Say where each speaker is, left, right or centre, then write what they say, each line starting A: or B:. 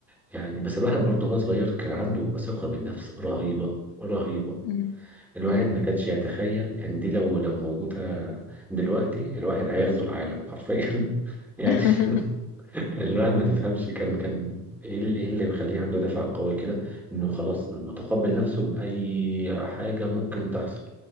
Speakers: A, in the centre; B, on the left.
A: يعني بس الواحد برضه هو صغير كان عنده ثقة بالنفس رهيبة رهيبة
B: مم.
A: الواحد
B: مم.
A: ما كانش يتخيل ان دي لو لو موجودة دلوقتي الواحد هيغزو العالم حرفيا <laughs> يعني
B: <laughs>
A: الواحد ما تفهمش كان كان ايه ال- إيه اللي مخليه عنده دافع قوي كده انه خلاص متقبل نفسه بأي حاجة ممكن تحصل